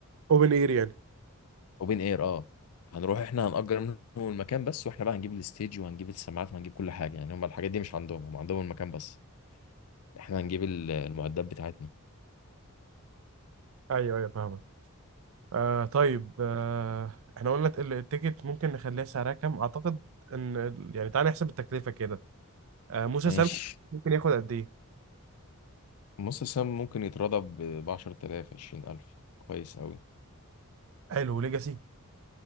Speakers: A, on the right; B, on the left.
A: اوبن اير يعني
B: وبين اير اه هنروح احنا هنأجر منهم المكان بس واحنا بقى هنجيب الستيج وهنجيب السماعات وهنجيب كل حاجة يعني هم الحاجات دي مش عندهم هم عندهم المكان بس احنا هنجيب ال- المعدات بتاعتنا
A: ايوه ايوه فاهمك آه طيب آه احنا قلنا ال- التيكت ممكن نخليها سعرها كام اعتقد ان ال- يعني تعالى نحسب التكلفه كده آه موسى
B: ماشي
A: سام ممكن ياخد قد ايه
B: نص سام ممكن يترضى ب 10000 20000 كويس قوي
A: حلو ليجاسي